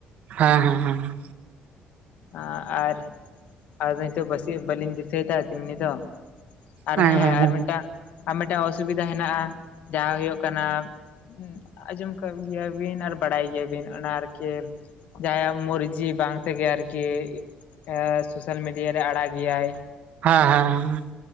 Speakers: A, on the right; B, on the left.
A: ᱦᱟᱸ ᱦᱮᱸ ᱦᱮᱸ ᱦᱮᱸ
B: ᱟᱸ ᱟᱨ ᱟᱫᱚ ᱱᱤᱛᱚᱜ ᱵᱟᱹᱥᱤᱭᱟᱹ ᱵᱟᱹᱞᱤᱧ ᱫᱤᱥᱟᱹᱭᱮᱫᱟ ᱛᱮᱢᱱᱤ ᱫᱚ᱾ ᱟᱨ
A: ᱮᱠᱫᱚᱢ
B: ᱦᱮᱸ ᱟᱨ ᱢᱤᱫᱴᱟᱝ ᱟᱨ ᱢᱤᱫᱴᱟᱜ ᱚᱥᱩᱵᱤᱫᱷᱟ ᱦᱮᱱᱟᱜᱼᱟ᱾ ᱡᱟᱦᱟᱸ ᱦᱩᱭᱩᱜ ᱠᱟᱱᱟ ᱦᱩᱸ ᱟᱸᱡᱚᱢ ᱠᱟᱜ ᱜᱮᱭᱟ ᱵᱤᱱ ᱟᱨ ᱵᱟᱲᱟᱭ ᱜᱮᱭᱟ ᱵᱤᱱ ᱚᱱᱟ ᱟᱨᱠᱤ ᱡᱟᱦᱟᱸᱭᱟᱜ ᱢᱩᱨᱡᱤ ᱵᱟᱝ ᱛᱮᱜᱮ ᱟᱨᱠᱤ ᱮᱸ ᱥᱳᱥᱟᱞ ᱢᱤᱰᱤᱭᱟ ᱨᱮ ᱟᱲᱟᱜ ᱜᱮᱭᱟᱭ᱾
A: ᱦᱮᱸ ᱦᱮᱸ ᱦᱮᱸ